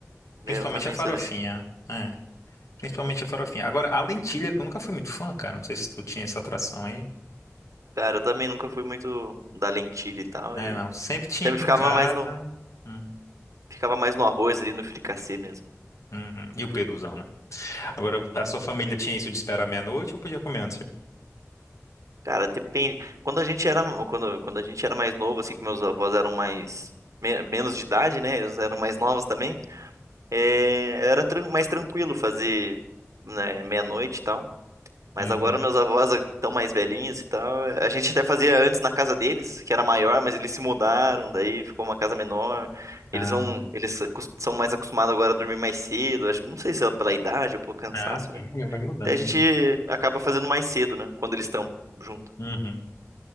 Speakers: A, on the left (about 75°); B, on the right (about 80°).
A: Principalmente
B: Eu também
A: a farofinha.
B: sou desse.
A: né? Principalmente a farofinha. Agora, a lentilha, que eu nunca fui muito fã, cara. Não sei se tu tinha essa atração aí.
B: Cara, eu também nunca fui muito da lentilha e tal,
A: É,
B: e
A: não. Sempre tinha
B: sempre
A: aqui
B: ficava
A: em casa.
B: mais no,
A: Hum,
B: ficava mais no arroz ali, no fricassê mesmo.
A: uhum. E o peruzão, né? Agora, a sua família tinha isso de esperar meia-noite ou podia comer antes? viu?
B: Cara, depende. Quando a gente era, quando, quando a gente era mais novo, assim, que meus avós eram mais me- menos de idade, né? Eles eram mais novos também. é, era tran- mais tranquilo fazer, né, meia-noite e tal. Mas
A: Uhum.
B: agora meus avós estão mais velhinhos e tal. A gente até fazia antes na casa deles, que era maior, mas eles se mudaram, daí ficou uma casa menor.
A: Ah,
B: Eles vão, eles acos- são mais acostumados agora a dormir mais cedo. Acho, não sei se é pela idade ou pelo cansaço,
A: ah, sim,
B: né?
A: vai mudando,
B: Daí a gente
A: né?
B: acaba fazendo mais cedo, né? Quando eles estão junto.
A: Uhum.